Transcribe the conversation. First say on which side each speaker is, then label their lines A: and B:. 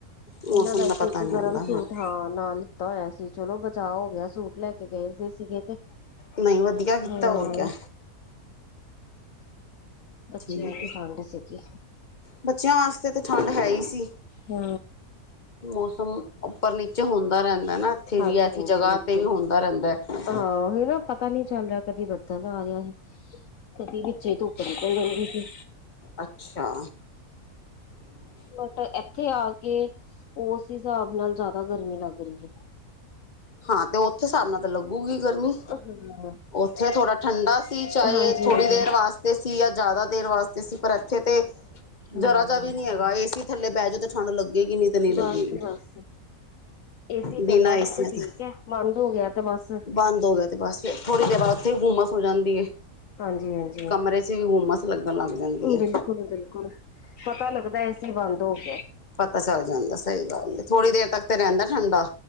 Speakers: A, on the left; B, on the left.
A: ਮੌਸਮ
B: ਇਹਨਾਂ ਦਾ
A: ਪਤਾ
B: ਇੱਕ
A: ਨਹੀਂ
B: ਗਰਮ
A: ਹੁੰਦਾ
B: ਸੂਟ। ਹਾਂ ਨਾਲ ਲਿੱਤਾ ਹੋਇਆ ਸੀ। ਚਲੋ ਬਚਾਅ ਹੋ ਗਿਆ ਸੂਟ ਲੈ ਕੇ ਗੇ ਸੀਗੇ ਤੇ
A: ਨਹੀਂ ਵਧੀਆ ਕੀਤਾ
B: ਹਾਂ
A: ਹੋਰ ਕਿਆ।
B: ਬੱਚਿਆਂ
A: ਠੀਕ
B: ਨੂੰ
A: ਹੈ
B: ਠੰਡ ਸੀਗੀ
A: ਬੱਚਿਆਂ ਵਾਸਤੇ ਤਾਂ ਠੰਡ ਹੈ। ਹੀ ਸੀ
B: ਹੂ
A: ਮੌਸਮ ਉੱਪਰ ਨੀਚੇ ਹੁੰਦਾ ਰਹਿੰਦਾ। ਨਾ ਇੱਥੇ
B: ਹਾਂਜੀ-ਹਾਂਜੀ,
A: ਵੀ ਐਸੀ ਜਗ੍ਹਾ ਤੇ ਵੀ ਹੁੰਦਾ ਰਹਿੰਦਾ ਹੈ।
B: ਹਾਂ ਉਹੀ ਨਾ ਪਤਾ ਨੀ ਚੱਲ ਰਿਹਾ ਕਦੀ ਬਦਲ ਆ ਗਿਆ ਸੀ ਕਦੀ ਵਿੱਚੇ ਧੁੱਪ ਨਿਕਲ ਜਾਂਦੀ ਸੀ।
A: ਅੱਛਾ,
B: ਬਟ ਇੱਥੇ ਆ ਕੇ, ਉਸ ਹਿਸਾਬ ਨਾਲ ਜ਼ਿਆਦਾ ਗਰਮੀ ਲੱਗ ਰਹੀ ਹੈ।
A: ਹਾਂ ਤੇ ਉਹ ਉਥੇ ਹਿਸਾਬ ਨਾਲ ਤਾਂ ਲੱਗੂਗੀ ਗ
B: ਹਾਂ।
A: ਉੱਥੇ ਥੋੜਾ ਠੰਡਾ ਸੀ ਚਾਹੇ
B: ਹਾਂਜੀ-ਹਾਂਜੀ।
A: ਥੋੜੀ ਦੇਰ ਵਾਸਤੇ ਸੀ ਜਾਂ ਜ਼ਿਆਦਾ, ਦੇਰ ਵਾਸਤੇ ਸੀ ਪਰ ਇੱਥੇ ਤੇ
B: ਹੂੰ।
A: ਜਰਾ ਜੀ ਵੀ ਨੀ ਹੈਗਾ ਏ ਸੀ ਥੱਲੇ ਬਹਿ ਜਾਓ ਤੇ ਠੰਢ ਲੱਗ ਲੱਗੇਗੀ ਨੀ ਤਾਂ ਨਹੀਂ ਲੱਗੇਗੀ।
B: ਬਸ-ਬਸ ਏਸੀ
A: ਬਿਨਾਂ
B: ਚੱਲਦਾ
A: ਏਸੀਆਂ
B: ਬਿਲਕੁਲ ਠੀਕ,
A: ਤਾਂ
B: ਬੰਦ ਹੋ ਗਿਆ ਤੇ ਬਸ।
A: ਬੰਦ ਹੋ ਗਿਆ ਤੇ ਬਸ ਫਿਰ ਥੋੜ੍ਹੀ ਦੇਰ ਬਾਅਦ ਉੱਥੇ ਗੁੰਮਸ ਹੋ ਜਾਂਦੀ ਹੈ
B: ਹਾਂਜੀ-ਹਾਂਜੀ,
A: ਕਮਰੇ 'ਚ ਵੀ ਗੁੰਮਸ ਲੱਗਣ ਲੱਗ ਜਾਂਦੀ ਹੈ
B: ਬਿਲਕੁਲ-ਬਿਲਕੁਲ, ਪਤਾ ਲੱਗਦ ਏਸੀ ਬੰਦ ਹੋ ਗਿ
A: ਪਤਾ ਚੱਲ ਜਾਂਦਾ ਸਹੀ ਗੱਲ ਥੋੜੀ ਦੇਰ ਤੱਕ ਤੇ ਰਹਿੰਦਾ ਠੰਡਾ